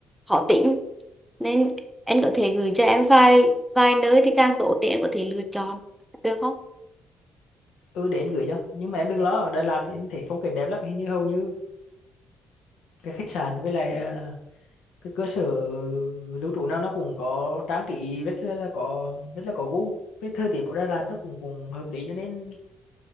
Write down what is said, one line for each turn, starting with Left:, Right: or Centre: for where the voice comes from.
Centre: khó tính, nên em có thể gửi cho em vài vài nơi thì càng tốt để em có thể lựa chọn được không?
Left: ừ để anh gửi cho nhưng mà em đừng lo ở Đà Lạt thì anh thấy phong cảnh đẹp lắm hình như hầu như cái khách sạn với lại ờ, cái cơ sở lưu trú nào nó cũng có trang trí rất là là có rất là có gu với thời tiết của Đà Lạt nó cũng cũng hợp lý cho nên